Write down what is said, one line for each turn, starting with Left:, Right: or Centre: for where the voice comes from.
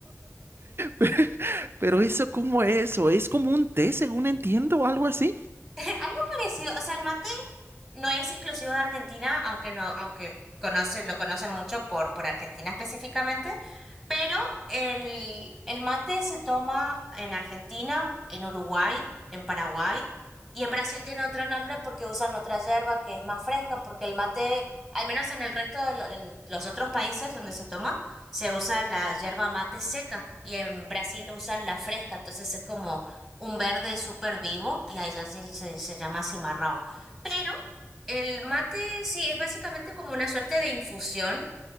Right: <laughs> pero eso, ¿cómo es? ¿O es como un té, según entiendo, o algo así?
Centre: <laughs> Algo parecido, o sea, el mate no es exclusivo de Argentina, aunque no, aunque conocen, lo conocen mucho por, por Argentina específicamente, pero el, el mate se toma en Argentina, en Uruguay, en Paraguay, y en Brasil tiene otro nombre porque usan otra yerba que es más fresca, porque el mate, al menos en el resto de lo- en los otros países donde se toma, se usa la yerba mate seca, y en Brasil usan la fresca, entonces es como un verde súper vivo y a ella se, se- se llama cimarrao. Pero el mate sí es básicamente como una suerte de infusión,